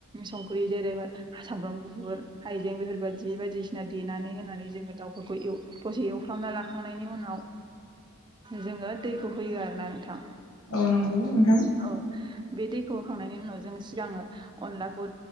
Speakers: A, on the right; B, on the left.
A: संख्रि जेरैब सामब्राम गुफुर हाइजें बेफोर। दि बायदिसिना देनानै होनानै जोङो दाउफोरखौ दसे एवफ्रामना लाखांनायनि उनाव। जोङो दैखौ होयो आरो ना नोंथां।
B: औ नंगौ नोंथां।
A: औ बे दैखौ होखांनायनि उनाव जों सिगाङो अनलाखौ